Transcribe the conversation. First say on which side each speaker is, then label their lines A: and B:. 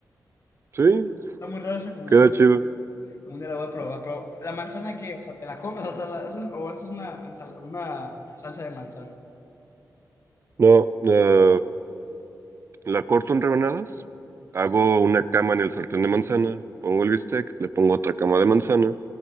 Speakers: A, on the left; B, on the right.
A: Está
B: Sí,
A: muy, está muy rara esa combinación.
B: queda chido.
A: Un día la voy a probar, pero la manzana que, o sea, te la comes, o sea, la- haces, o haces una, ensala- una salsa de manzana.
B: No, eh, la corto en rebanadas, hago una cama en el sartén de manzana, pongo el bistec, le pongo otra cama de manzana,